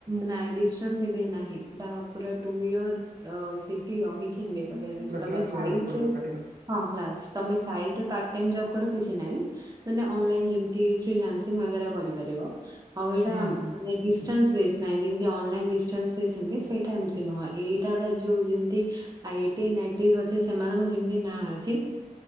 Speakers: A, on the right (about 25°); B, on the right (about 85°).
A: ନାଇଁ ଡିଷ୍ଟାନ୍ସ ଏମ୍ ବି ଏ ନାହିଁ ବା ପୁରା ଟୁ ଇୟର୍ ଅ ସେଠି ରହି ଏମ୍ ବି ଏ କରିବାର୍ ଅଛି
B: ପୁରା
A: ତମେ
B: କ୍ଲାସ୍
A: ସାଇଟ୍
B: କରିବାକୁ ପଡ଼ିବ
A: ରେ
B: ପ୍ରାକ୍ଟିକାଲ୍
A: ହଁ କ୍ଲାସ୍ ତମେ ସାଇଟ୍ ରେ ପାର୍ଟ ଟାଇମ୍ ଜବ୍ କର କିଛି ନାଇଁ। ମାନେ ଅନଲାଇନ ଯେମତି ଫିଲାନକ୍ସ୍ ମଗେରା କରିପାରିବ, ଆଉ ଏଇଟା
B: ହୁଁ ହୁଁ।
A: ମାନେ ଡିଷ୍ଟାନ୍ସ ବେସ୍। ନାଇ ଯେମତି ଅନଲାଇନ ଡିଷ୍ଟାନ୍ସ ବେସିକ୍ ରେ ସେଇଟା ଏମତି ନୁହଁ, ଏଇଟା ଡା ଯୋଉ ଯେମତି। ଆଇ ଟି ନାଇ ଟି ର ଅଛି ସେମାନଙ୍କ ଯେମିତି ନାଁ ଅଛି